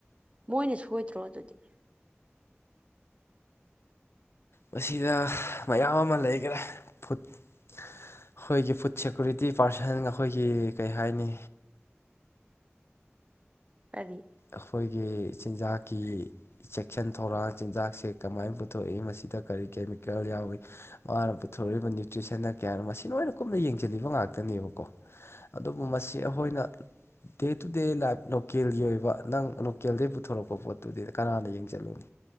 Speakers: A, on the right; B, on the left.
A: ꯃꯣꯏꯅ ꯁꯣꯏꯗ꯭ꯔꯣ ꯑꯗꯨꯗꯤ
B: ꯃꯁꯤꯗ ꯃꯌꯥꯝ ꯑꯃ ꯂꯩꯈꯔꯦ ꯑꯩꯈꯣꯏꯒꯤ ꯐꯨꯗ ꯁꯦꯀꯨꯔꯤꯇꯤ ꯄꯥꯔꯁꯟ ꯑꯩꯈꯣꯏꯒꯤ ꯀꯩ ꯍꯥꯏꯅꯤ
A: ꯀꯔꯤ
B: ꯑꯩꯈꯣꯏꯒꯤ ꯆꯤꯟꯖꯥꯛꯀꯤ ꯆꯦꯛꯁꯤꯟ ꯊꯧꯔꯥꯡ ꯆꯤꯟꯖꯥꯛꯁꯦ ꯀꯃꯥꯏꯅ ꯄꯨꯊꯣꯛꯏ ꯃꯁꯤꯗ ꯀꯔꯤ ꯀꯦꯃꯤꯀꯦꯜ ꯌꯥꯎꯏ ꯃꯥꯅꯊꯣꯔꯏ ꯅ꯭ꯌꯨꯇ꯭ꯔꯤꯁꯟꯅ ꯀꯌꯥꯅꯣ ꯃꯁꯤ ꯂꯣꯏꯅ ꯀꯨꯞꯅ ꯌꯦꯡꯁꯤꯜꯂꯤꯕ ꯉꯥꯛꯇꯅꯦꯕꯀꯣ ꯑꯗꯨꯕꯨ ꯃꯁꯤ ꯑꯩꯈꯣꯏꯅ ꯗꯦ ꯇꯨ ꯗꯦ ꯂꯥꯏꯐ ꯂꯣꯀꯦꯜꯒꯤ ꯑꯣꯏꯕ ꯅꯪ ꯂꯣꯀꯦꯜꯗꯒꯤꯩ ꯄꯨꯊꯣꯔꯛꯄ ꯄꯣꯠꯇꯨꯗꯤ ꯀꯅꯥꯅ ꯌꯦꯡꯁꯤꯜꯂꯨꯅꯤ